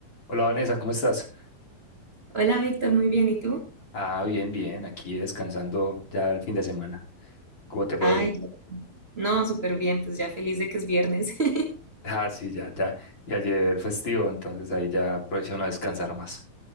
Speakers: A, on the left (about 30°); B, on the right (about 30°).
A: Hola Vanessa, ¿cómo estás?
B: Hola Víctor, muy bien, ¿y tú?
A: Ah, bien, bien, aquí descansando ya el fin de semana. ¿Cómo te fue
B: Ay,
A: hoy? <laughs>
B: yo- no, súper bien, pues ya feliz de que es viernes. <laughs>
A: Ah, sí, ya, ya. Y ayer festivo, entonces ahí ya aprovecho no descansar más.